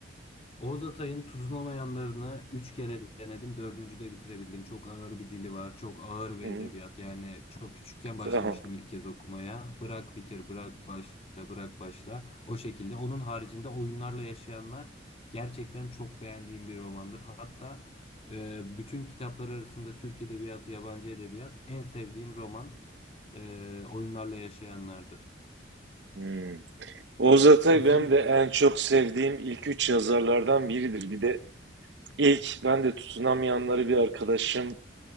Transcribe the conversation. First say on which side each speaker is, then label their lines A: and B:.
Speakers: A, on the left; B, on the right.
A: Oğuz Atay'ın Tuzlamayanlarını 3 kere denedim. Dördüncüde bitirebildim. Çok ağır bir dili var. Çok ağır bir
B: Hı,
A: edebiyat. Yani çok küçükken
B: tamam.
A: başlamıştım ilk kez okumaya. Bırak bitir, bırak başla, bırak başla. O şekilde. Onun haricinde Oyunlarla Yaşayanlar gerçekten çok beğendiğim bir romandır. Hatta e, bütün kitaplar arasında Türk Edebiyatı, yabancı edebiyat en sevdiğim roman e, Oyunlarla Yaşayanlardır.
B: Hı. Oğuz Atay
A: Sizin
B: benim de en çok sevdiğim ilk üç yazarlardan biridir. Bir de ilk ben de tutunamayanları bir arkadaşım